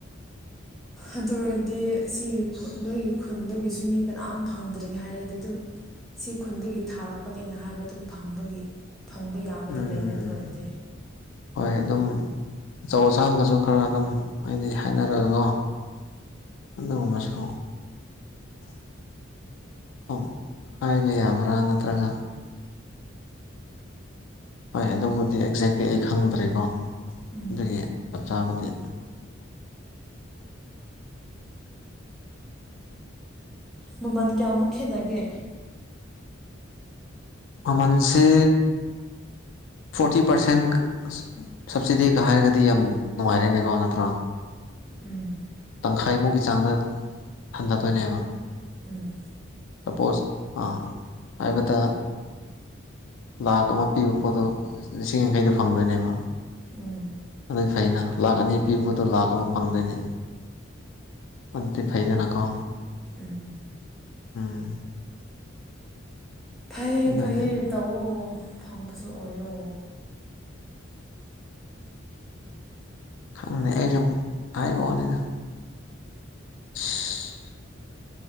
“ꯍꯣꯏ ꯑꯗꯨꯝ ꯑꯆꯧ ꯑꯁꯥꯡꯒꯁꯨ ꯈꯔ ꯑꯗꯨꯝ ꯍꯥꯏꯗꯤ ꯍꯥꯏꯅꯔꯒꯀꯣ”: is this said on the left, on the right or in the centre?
Left